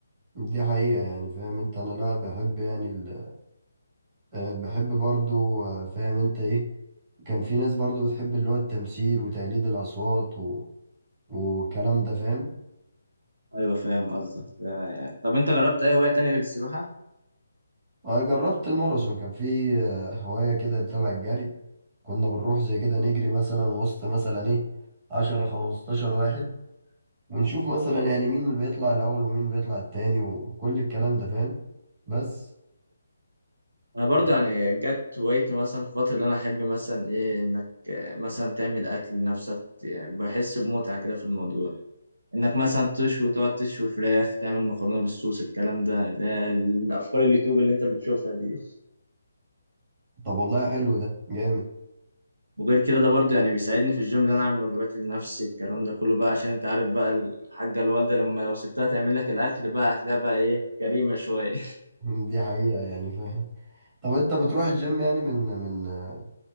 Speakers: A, on the right; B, on the right.
A: دي حقيقة يعني فاهم انت انا لا بحب يعني ال... آه، بحب برضو آه، فاهم انت ايه كان في ناس برضو بتحب اللي هو التمثيل وتقليد الأصوات و... والكلام ده فاهم
B: ايوه فاهم قصدك آه، يعني طب انت جربت اي هوايه تانية غير السباحه
A: أنا جربت الماراثون كان في آه، هواية كده تبع الجري كنا بنروح زي كده نجري مثلا وسط مثلا إيه عشرة خمستاشر واحد ونشوف مثلا يعني مين اللي بيطلع الأول ومين بيطلع التاني وكل الكلام ده فاهم بس
B: انا
A: طب
B: برضه يعني جت هوايتي مثلا في الفتره اللي انا احب مثلا ايه انك آه، مثلا تعمل اكل لنفسك يعني بحس بمتعه كده في الموضوع انك مثلا تشوي تقعد تشوي فراخ تعمل مكرونه بالصوص الكلام ده اللي هي الافكار اليوتيوب اللي انت بتشوفها دي
A: طب والله حلو ده جامد
B: وغير كده ده برضه يعني بيساعدني في الجيم اللي انا اعمل وجبات لنفسي الكلام ده كله بقى عشان انت عارف بقى الحاجه الوالده لما لو سبتها تعمل لك الاكل بقى هتلاقيها بقى ايه كريمه شويه
A: <laughs> دي حقيقة يعني فاهم <laughs> طب أنت بتروح الجيم يعني من من آه،